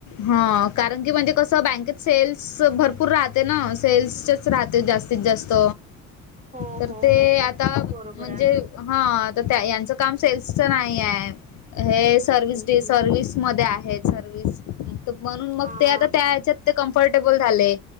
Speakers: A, on the left; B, on the right.
A: हा, कारण की म्हणजे कस बँकेत सेल्स भरपूर राहते ना सेल्स्ट मीच राहते, जास्तीत जास्त
B: हो,
A: तर
B: हो,
A: ते
B: हो.
A: आता म्हणजे
B: बरोबर आहे.
A: हा, तर त्या याचं काम सेल्सच नाहीये. हे, सर्विस
B: हं,
A: डे
B: हं.
A: सर्विस मध्ये आहे, सर्विस तू म्हणून मग
B: हां.
A: ते आता त्या ह्याच्यात ते कम्फर्टेबल झाले.